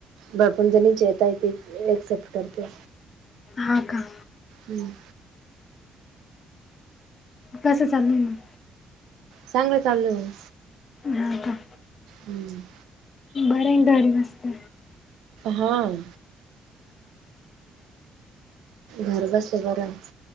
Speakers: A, on the right; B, on the left.
A: भरपूर जनींचे येत आहेत एकसेप्ट करतेय.
B: हा का?
A: हम्म.
B: कसं चाललंय मग?
A: चांगलं चाललंय.
B: हा का?
A: हम्म.
B: अरेंज मॅरीज आसत.
A: हा‌. घराच्या शेजाऱ्यांच